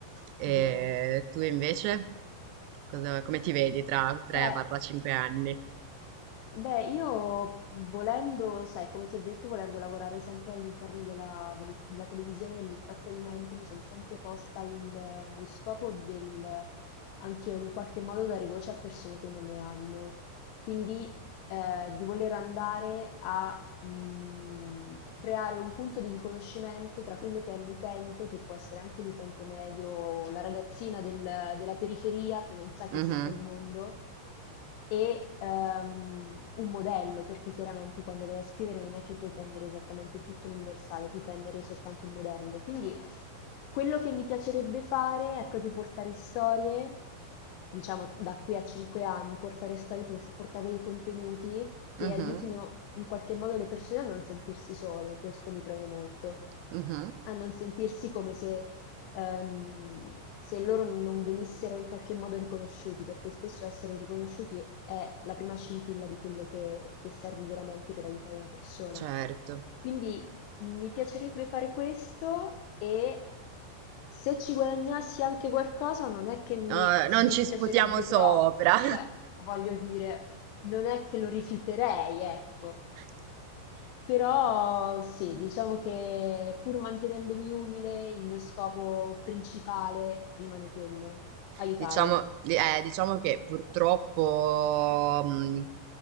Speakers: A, on the right; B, on the left.
A: E
B: vero.
A: tu invece? Cosa- come ti vedi tra 3-5
B: Beh.
A: anni?
B: Beh, io volendo, sai, come ti ho detto, volendo lavorare sempre all'interno della, del- della televisione e dell'intrattenimento, mi sono sempre posta il- lo scopo del, anche io in qualche modo, dare voce a persone che non ne hanno. Quindi eh, di voler andare a mh, creare un punto di riconoscimento tra quello che è l'utente, che può essere anche l'utente medio o la ragazzina del- della periferia che non sa che
A: Mhm,
B: esista il mondo, e ehm, un modello, perché chiaramente quando vai a scrivere non è che puoi prendere esattamente tutto l'universale, puoi prendere soltanto il modello. Quindi quello che mi piacerebbe fare è proprio portare storie diciamo, da qui a cinque anni, portare storie, por- portare dei contenuti che
A: mhm,
B: aiutino in qualche modo le persone a non sentirsi sole, questo mi preme molto,
A: mhm,
B: a non sentirsi come se, ehm, se loro non venissero in qualche modo riconosciuti, perché spesso essere riconosciuti è la prima scintilla di quello che, che serve veramente per aiutare una persona.
A: certo.
B: Quindi mi piacerebbe fare questo e se ci guadagnassi anche qualcosa non è che mi
A: No, non
B: dispiacerebbe
A: ci sputiamo sopra.
B: troppo, cioè voglio dire, non è che lo rifiuterei, ecco.
A: <laughs>
B: Però sì, diciamo che pur mantenendomi umile, il mio scopo principale rimane quello, aiutare.
A: Diciamo, eh, diciamo che purtroppo mh,